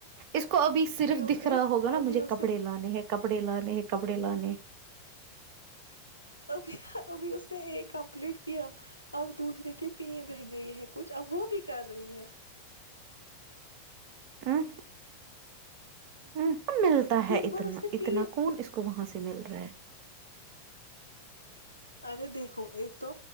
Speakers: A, on the right; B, on the left.
A: اس کو ابھی صرف
B: اس
A: دکھ
B: نے
A: رہا ہوگا نا
B: ابھی
A: مجھے
B: اس
A: کپڑے
B: نے
A: لانے ہیں کپڑے لانے ہیں کپڑے لانے
B: ابھی ابھی اس نے ایک کمپلیٹ کیا اب دوسرے کے تین رہ گئے ہیں کچھ اب وہ بھی کر رہی ہے
A: <inaudible> <inaudible> ملتا
B: دن
A: ہے اتنا
B: بھر اس نے تین
A: اتنا کون اس کو وہاں سے مل رہا ہے
B: ارے دیکھو ایک تو